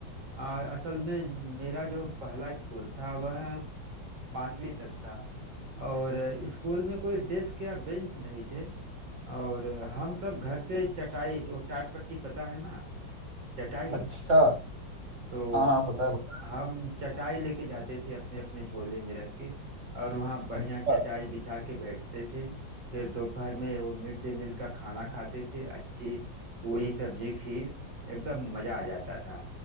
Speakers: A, on the right (about 70°); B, on the right (about 35°).
A: आ, असल में मेरा जो पहला स्कूल था वह पांचवी तक था और स्कूल में कोई डेस्क या बेंच नहीं थे और हम सब घर से चटाई जो टाट पट्टी पता है ना चटाई
B: अच्छा
A: तो
B: हाँ हाँ पता है पता
A: हम चटाई लेके जाते थे अपने अपने झोले में रख के और वहाँ
B: है
A: बढ़िया
B: अच्छा
A: चटाई बिछा के बैठते थे फिर दोपहर में वो मिड डे मील का खाना खाते थे अच्छी पूरी सब्जी खीर एकदम मजा आ जाता था